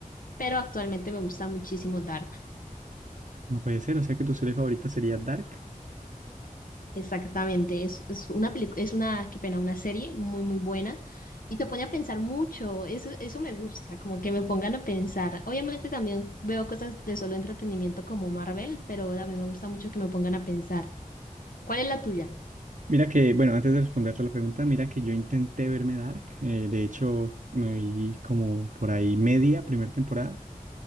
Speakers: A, on the left; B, on the right.
A: pero actualmente me gusta muchísimo Dark.
B: No puede ser, o sea que tu serie favorita sería Dark.
A: Exactamente, es, es una película, es una, qué pena, una serie muy, muy buena y te pone a pensar mucho. Eso, eso me gusta, como que me pongan a pensar. Obviamente también veo cosas de solo entretenimiento como Marvel, pero también me gusta mucho que me pongan a pensar. ¿Cuál es la tuya?
B: Mira que, bueno, antes de responderte la pregunta, mira que yo intenté verme Dark. eh, de hecho, me vi como por ahí media primera temporada